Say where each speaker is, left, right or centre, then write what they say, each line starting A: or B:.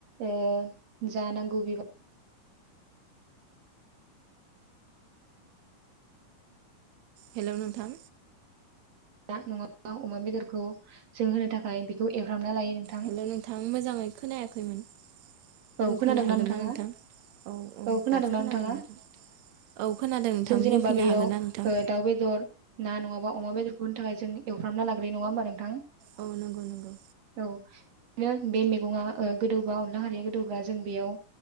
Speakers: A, on the right (about 50°); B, on the right (about 80°).
A: ओ जानां गौ <unintelligible>
B: हेलौ नोंथां
A: दा नङाबा अमा बेदरखौ जों होनो थाखाय बेखौ एंफ्रामना लायो नों
B: हेलौ नोंथां मोजाङै खोनायाखैमोन
A: औ
B: बुंफिननो
A: खोनादोंना
B: हागोन
A: नोंथाङा
B: ना नोंथां औ औ
A: खोनादोंना
B: दासो खोनादों
A: नोंथाङा
B: नोंथां औ खोनादों नोंथां
A: जों जेनेबा
B: बुंफैनो
A: बेयाव
B: हागोना नोंथां
A: ओ दाउ बेदर ना नङाबा अमा बेदर खुन होनो थाखाय जों एवफ्रामना लाग्रोयो नङा होमबा नोंथां
B: औ नंगौ नंगौ
A: औ <unintelligible> बे मैगङा ओ गोदौबा अनला खारिया गोदौबा जों बेयाव